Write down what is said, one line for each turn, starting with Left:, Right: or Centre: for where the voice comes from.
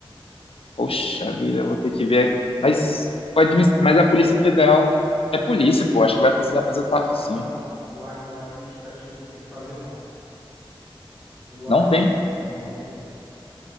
Left: Poxa vida, eu vou ter que ver. Mas, o administ... Mas a Polícia Federal é polícia, pô. Acho que vai precisar fazer o
Right: Não,
Left: TAF, sim.
Right: não, não, não. O, ad- o administrativo não tem que fazer, não. O
Left: Não
Right: AG.
Left: tem?
Right: Não, não tem.